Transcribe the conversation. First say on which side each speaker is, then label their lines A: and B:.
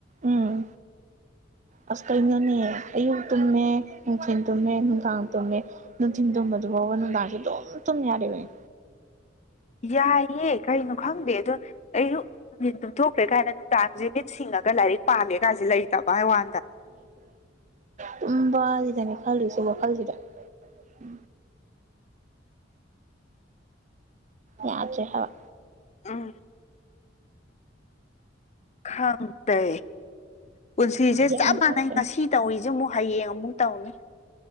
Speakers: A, on the right (about 40°); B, on the left (about 35°).
A: ꯎꯝ ꯑꯁ ꯀꯩꯅꯣꯅꯦ ꯑꯌꯨꯛ ꯇꯨꯝꯃꯦ ꯅꯨꯡꯊꯤꯜ ꯇꯨꯝꯃꯦ ꯅꯨꯡꯗꯥꯥꯡ ꯇꯨꯝꯃꯦ ꯅꯨꯡꯊꯤꯟ ꯇꯨꯝꯕꯗꯨ ꯅꯗꯥꯁꯤ ꯊꯨꯝ ꯊꯨꯝ ꯌꯥꯔꯦ ꯃꯅꯦ
B: ꯌꯥꯏꯌꯦ ꯀꯔꯤꯅꯣ ꯈꯪꯗꯦ ꯑꯗꯣ ꯑꯌꯨꯛ ꯅꯨꯡꯊꯤꯟ ꯇꯨꯝꯊꯣꯛꯈ꯭ꯔꯦ ꯀꯥꯏꯅ ꯅꯨꯡꯗꯥꯡꯁꯦ ꯃꯤꯠ ꯁꯤꯡꯉ ꯂꯥꯏꯔꯤꯛ ꯄꯥꯝꯒꯦ ꯀꯥꯁꯦ ꯂꯩꯇꯕ ꯋꯥꯟꯗ
A: ꯇꯨꯝꯕꯥ ꯁꯤꯗꯅꯦ ꯈꯜꯂꯨꯁꯦ ꯋꯥꯈꯜꯁꯤꯗ ꯎ ꯌꯥꯖꯦ ꯍꯥꯋꯥ
B: ꯎꯝ ꯈꯪꯗ ꯄꯨꯟꯁꯤꯁꯦ
A: ꯌꯥꯟꯕ
B: ꯆꯞ ꯃꯥꯟꯅꯩ
A: ꯇꯥꯔꯛꯀꯅꯤ
B: ꯉꯁꯤ ꯇꯧꯔꯤꯁꯦ ꯑꯃꯨꯛ ꯍꯌꯦꯡ ꯑꯃꯨꯛ ꯇꯧꯅꯤ